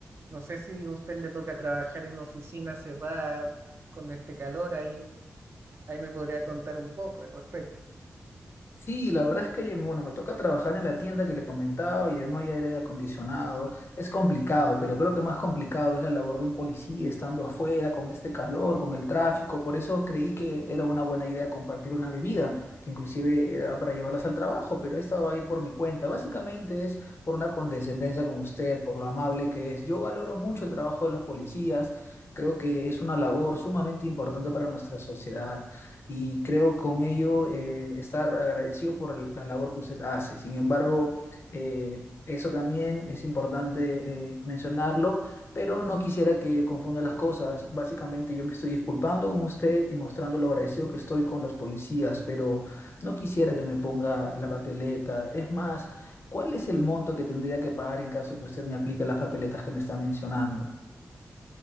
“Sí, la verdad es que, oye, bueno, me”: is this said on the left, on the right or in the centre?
Left